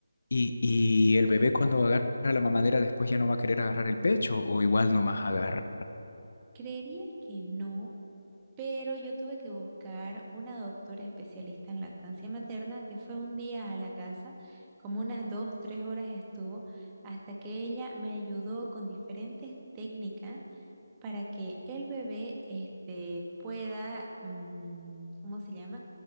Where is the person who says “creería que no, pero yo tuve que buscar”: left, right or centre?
Right